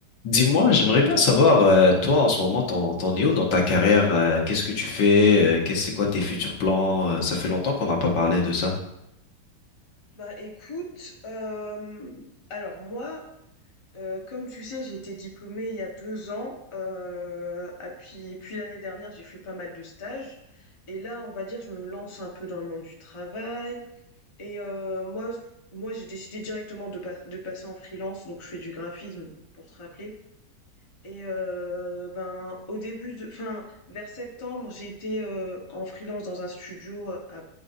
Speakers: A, on the left; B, on the left.
A: Dis-moi, j'aimerais bien savoir, euh, toi en ce moment, t'en, t'en es où dans ta carrière? euh, qu'est-ce que tu fais? euh, qu'est-ce, c'est quoi tes futurs plans? euh, ça fait longtemps qu'on n'a pas parlé de ça.
B: Bah écoute, hem, alors moi, heu, comme tu sais, j'ai été diplômée il y a 2 ans, heu, ah puis et puis l'année dernière, j'ai fait pas mal de stages et là, on va dire, je me lance un peu dans le monde du travail et heu, moi, moi, j'ai décidé directement de pas de passer en freelance, donc je fais du graphisme, pour te rappeler et heu, ben, au début de enfin, vers septembre, j'étais, heu, en freelance dans un studio à à